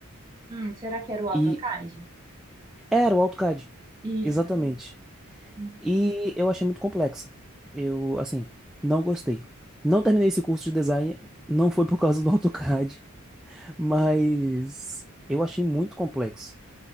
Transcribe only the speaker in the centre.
E era o AutoCAD,
exatamente.
E eu achei muito complexa. Eu, assim, não gostei. Não terminei esse curso de design, não foi por causa do AutoCAD. Mas eu achei muito complexo.